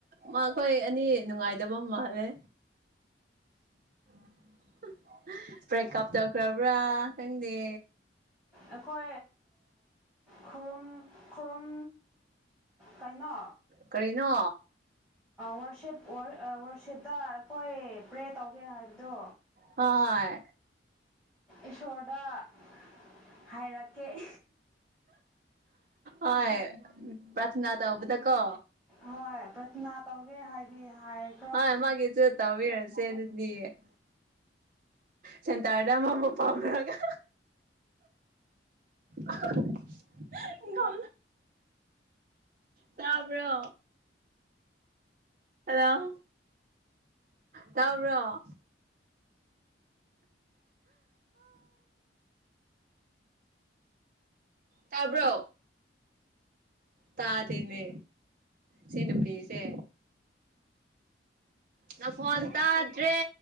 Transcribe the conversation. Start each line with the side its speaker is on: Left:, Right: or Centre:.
Right: ꯃꯈꯣꯏ ꯑꯅꯤ ꯅꯨꯡꯉꯥꯏꯗꯕ ꯃꯥꯍꯜꯂꯦ <inaudible> ꯕ꯭ꯔꯦꯛꯀꯞ ꯇꯧꯈ꯭ꯔꯕ꯭ꯔꯥ ꯈꯪꯗꯦ
Centre: ꯑꯩꯈꯣꯏ ꯈꯨ ꯈꯨꯔꯨꯝ ꯀꯩꯅꯣ
Right: ꯀꯔꯤꯅꯣ
Centre: ꯋꯥꯔꯛꯁꯦꯞ ꯋꯥꯔꯛꯁꯦꯞꯇ ꯑꯩꯈꯣꯏ ꯄ꯭ꯔꯦ ꯇꯧꯒꯦ ꯍꯥꯏꯕꯗꯣ
Right: ꯍꯣꯏ
Centre: ꯏꯁꯣꯔꯗ ꯍꯥꯏꯔꯛꯀꯦ
Right: ꯍꯣꯏ ꯄꯔꯊꯅꯥ ꯑ ꯇ ꯎꯕꯗ ꯀꯣ
Centre: ꯍꯣꯏ ꯄ꯭ꯔꯊꯅꯥ ꯇꯧꯒꯦ ꯍꯥꯏꯕꯤ ꯍꯥꯏꯈ꯭ꯔꯣ
Right: ꯑꯣꯏ ꯃꯥꯒꯤꯦꯁꯨꯠꯇꯁꯦ ꯑꯗꯨ ꯦ ꯁꯦꯟꯇꯔꯗ ꯑꯃꯕꯨ ꯄꯥꯝꯃꯔꯒ ꯀ ꯇꯥꯕ꯭ꯔꯣ ꯑꯣ ꯇꯥꯕ꯭ꯔꯣ <inaudible> ꯇꯥꯕ꯭ꯔꯣ ꯇꯥꯗꯅꯦ ꯁꯤ ꯅꯨꯄꯤꯤꯁꯦ ꯅ ꯐꯣꯟ ꯇꯗ꯭ꯔꯦ